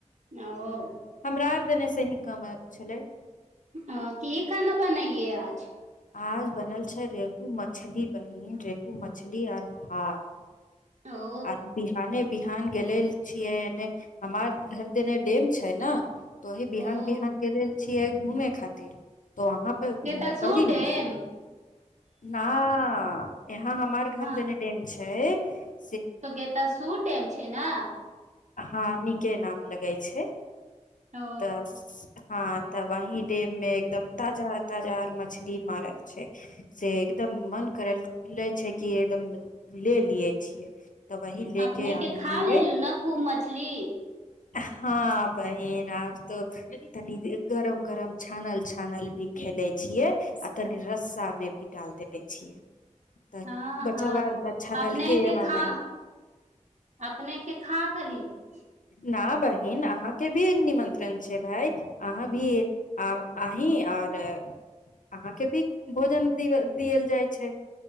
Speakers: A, on the right (about 65°); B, on the left (about 85°).
A: ओ
B: हमरा आर दने से हीं कम आयत छलैह
A: अ की खाना बनेलियए आज
B: आज बनेल छै रेहु मछ मछली बहिन रेहू मछली आओर भात
A: ओ
B: आ बिहाने बिहान गेले छियै हमार घर एने डेम छै ने तो वहीं बिहान
A: ओ
B: बिहान गेले छियै घूमे खातिर त <unintelligible> त वहाँ पे
A: गेतलसूर
B: पड़ी
A: डेम
B: ना यहाँ हमार घर
A: हँ
B: देने डेम छै आँए
A: तऽ गेत <unintelligible> सूट डेम छै ने
B: हँ नीके नाम लगे छै
A: ओ
B: तऽ हँ तऽ वही डेम में एकदम ताजा ताजा आर मछली मारल छै से एकदम मन करल ले छै कि एकदम ले लियै छियै तऽ वही लेके
A: अपने के
B: आनलिए
A: खा लेलु ने खूब मछली
B: हँ बहिन आब तऽ तनी गरम गरम छानल छानल भी खेले छियै आ तनि रस्सामे भी डाल देले छियै तऽ
A: हँ
B: बचवन
A: हँ
B: तऽ छनलके
A: अपनेके
B: वाला
A: खा अपनेके खा खाली <unintelligible>
B: न बहिन अहाँके भी निमन्त्रण छै भाय अहाँ भी अहीं आओर अहाँके भी भोजन द देल जाइ छै